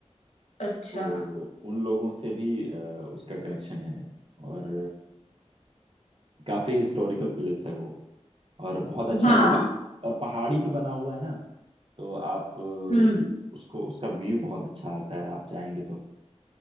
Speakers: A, on the left; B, on the right.
A: अच्छा
B: तो उन लोगों से भी अ, उसका कनेक्शन है और काफी हिस्टोरिकल प्लेस है वो और बहुत अच्छा
A: हाँ
B: लगे और पहाड़ी पे बना हुआ है ना तो आप अ,
A: हम्म
B: उसको उसका व्यू बहुत अच्छा आता है आप जाएंगे तो